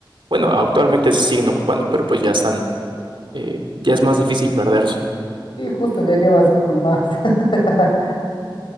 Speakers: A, on the right (about 80°); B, on the left (about 85°).
A: Bueno, actualmente se siguen ocupando, pero pues ya están, eh, ya es más difícil perderse.
B: Sí, justo, ya llevas Google Maps. <laughs>